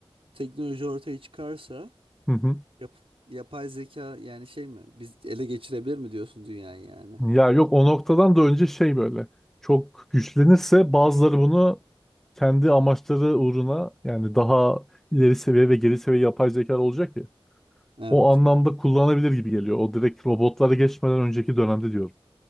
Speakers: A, on the right; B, in the centre.
A: teknoloji ortaya çıkarsa
B: Hı hı.
A: yap- yapay zeka yani şey mi? Biz ele geçirebilir mi diyorsun dünyayı yani?
B: Ya yok o noktadan da önce şey böyle. Çok güçlenirse bazıları bunu kendi amaçları uğruna yani daha ileri seviye ve geri seviye yapay zeka olacak ya.
A: Evet.
B: O anlamda kullanabilir gibi geliyor. O direkt robotlara geçmeden önceki dönemde diyorum.